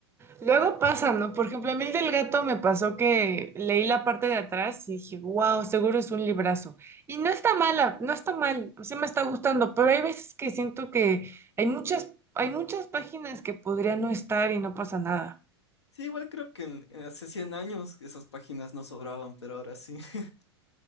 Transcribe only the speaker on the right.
Luego pasa, ¿no? Por ejemplo, a mí el del gato me pasó que leí la parte de atrás y dije, wow, seguro es un librazo. Y no está mala, no está mal, o sea, me está gustando, pero hay veces que siento que hay muchas, hay muchas páginas que podrían no estar y no pasa nada.